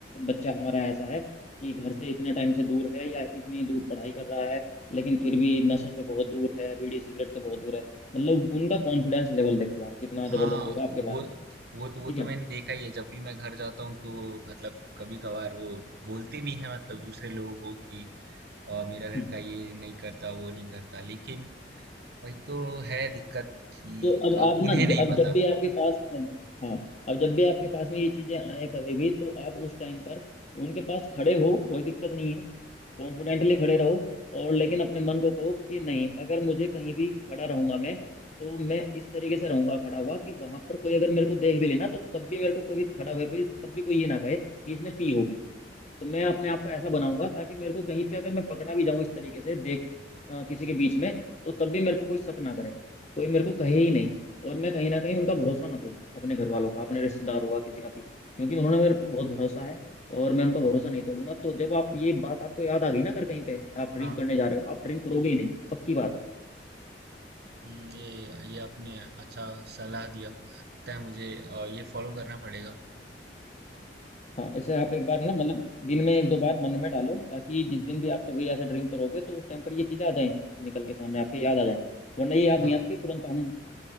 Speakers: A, on the left; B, on the right.
A: बच्चा हमारा ऐसा है कि घर से इतने टाइम से दूर है या इतनी दूर पढ़ाई कर रहा है लेकिन फिर भी नशे से बहुत दूर है बीड़ी सिगरेट से बहुत दूर है मतलब उनका कॉन्फिडेंस लेवल देखो आप कितना जबरदस्त
B: हाँ
A: होगा आपके
B: वो
A: बारे में
B: वो
A: ठीक
B: तो वो तो
A: है
B: मैंने देखा ही है जब भी मैं घर जाता हूँ तो मतलब कभी कभार वो बोलते भी हैं मतलब दूसरे लोगों को कि अ, मेरा लड़का
A: हम्म
B: ये नहीं करता वो नहीं करता लेकिन वही तो है दिक्कत कि
A: तो अब
B: अब
A: आप
B: उन्हें
A: ना ज-
B: नहीं
A: अब
B: पता
A: जब भी आपके पास में हाँ अब जब भी आपके पास में ये चीजें आए कभी भी तो आप उस टाइम पर उनके पास खड़े हो कोई दिक्कत नहीं है कॉन्फिडेंटली खड़े रहो और लेकिन अपने मन को कहो कि नहीं अगर मुझे कहीं भी खड़ा रहूंगा मैं तो मैं इस तरीके से रहूंगा खड़ा हुआ कि वहां पर कोई अगर मेरे को देख भी लेना तो तब भी मेरे को कभी खड़ा हुए पे तब भी कोई ये ना कहे कि इसने पी होगी तो मैं अपने आप को ऐसा बनाऊंगा ताकि मेरे को कहीं पे अगर मैं पकड़ा भी जाऊं इस तरीके से देख अ, किसी के बीच में तो तब भी मेरे को कोई शक ना करे कोई मेरे को कहे ही नहीं और मैं कहीं ना कहीं उनका भरोसा ना तोड़ूं अपने घर वालों का अपने रिश्तेदारों का किसी का भी क्योंकि उन्होंने मेरे पर बहुत भरोसा है और मैं उनका भरोसा नहीं तोड़ूंगा तो जब आप ये बात आपको याद आ गई ना अगर कहीं पे आप ड्रिंक
B: हाँ
A: करने जा रहे हो आप ड्रिंक करोगे ही नहीं पक्की बात है
B: हम्म, ये ये आपने अच्छा सलाह दिया लगता है मुझे अ, ये फॉलो करना पड़ेगा
A: हाँ इसे आप एक बार ना मतलब दिन में एक दो बार मन में डालो ताकि जिस दिन भी आप कभी ऐसा ड्रिंक करोगे तो उस टाइम पर ये चीजें आ जाए निकल के सामने आपके याद आ जाए वरना ये याद
B: हाँ
A: नहीं आती तुरंत हम